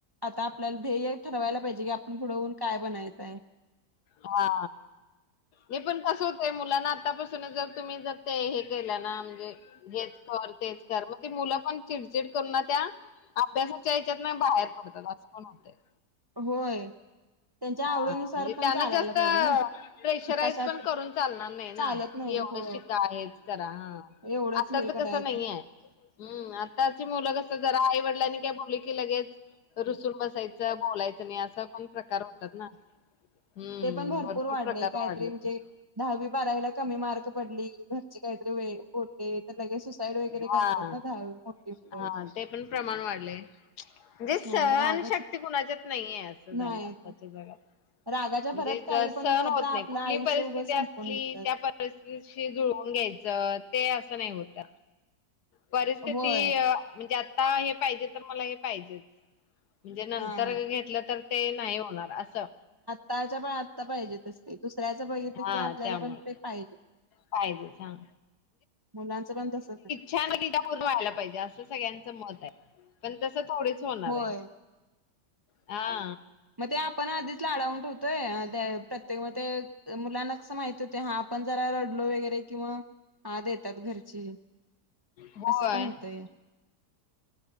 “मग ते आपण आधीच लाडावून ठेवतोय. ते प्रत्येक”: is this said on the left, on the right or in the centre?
Right